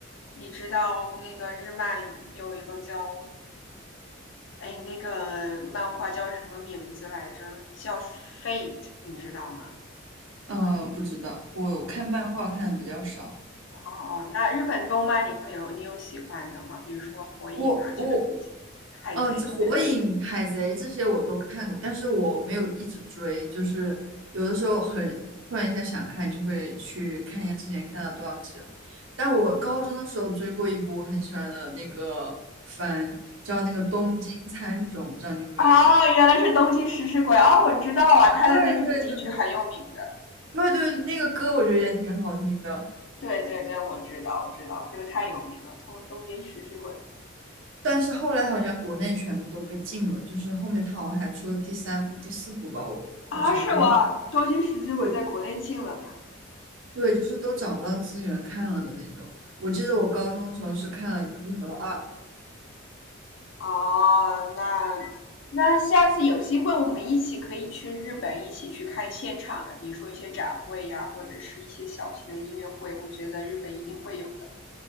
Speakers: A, on the left; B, on the right.
A: 你知道那个日漫有一个叫哎那个漫画叫什么名字来着？叫 Fate，你知道吗？
B: 呃，不知道，我看漫画看的比较少。
A: 哦，那日本动漫你会有你有喜欢的吗？比如说火影啊，
B: 我我
A: 就是比海贼啊之类的。
B: 呃，这火影、海贼这些我都看过，但是我没有一直追，就是有的时候很突然一下想看，就会去看一下之前看到多少集了。但我高中的时候追过一部我很喜欢的那个番，叫那个《东京喰种》，不知道你有没有？
A: 哦，原来是东京食尸鬼哦，我知道啊，
B: 啊，
A: 他的那个主题曲很有名的。
B: 对对对对对，那个歌我觉得也挺好听的，
A: 对对对，我知道，我知道，这个太有名了，东东京食尸鬼
B: 但是后来好像国内全部都被禁了，就是后面他好像还出了第三部、第四部吧，我好像，
A: 啊，是吗？
B: 然后。
A: 东京食尸鬼在国内禁了呀。
B: 对。对，就是都找不到资源看了的那种。我记得我高中的时候是看了一和二，
A: 哦，那那下次有机会我们一起可以去日本，一起去看现场的，比如说一些展会呀，或者是一些小型的音乐会，我觉得日本一定会有的。